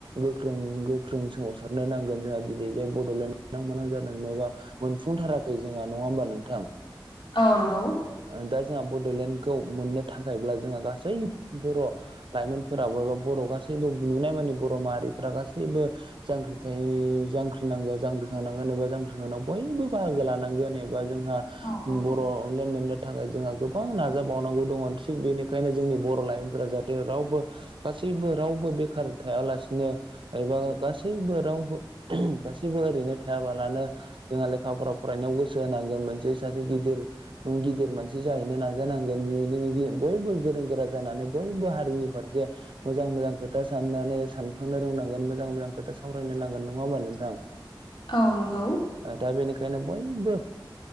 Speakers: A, on the right; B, on the left.
A: गोख्रों गोख्रों सोमावसारनो नांगोन जोंहा दिनै जे बड'लेण्ड नां मोनां जादों नंआबा मोनफुंथाराखै जोंहा नङा होमबा नोंथां।
B: औ नंगौ।
A: ओ दा जोंहा बड'लेण्डखौ मोननो थाखायब्ला जोंहा गासै बर' लाइमोनफोरा बयबो बर' गासैबो नुनाय माने बर' माहारिफोरा गासैबो जांख्रिथायनि जांख्रिनांगोन जांख्रिखांनांगोन एबा जांख्रिखांनायाव बयबो बाहागो लानांगोन ए बा जोंहा
B: औ
A: बर' लें नो थाखाय जोंहा गोबां नाजाबावनांगौ दङ' थिग बेनिखायनो जोंनि बर' लाइमोनफोरा जाहाथे रावबो गासैबो रावबो बेखार थायालासिनो एबा गासैबो रावबो गासैबो ओरैनो थायाबालानो जोंहा लेखाफोराव फरायनायाव गोसो होनांगोन मोनसे सासे गिदिर ओं गिदिर मानसि जाहैनो नाजानांगोन बिनो नोंनि बयबो गोरों गोरा जानानै बयबो हारिनि फारसे मोजां मोजां खोथा साननानै सानखांनो रोंनांगोन मोजां मोजां खोथा सावरायनो नांगोन नङा होमबा नोंथां।
B: औ नंगौ।
A: ओ दा बेनिखायनो बयबो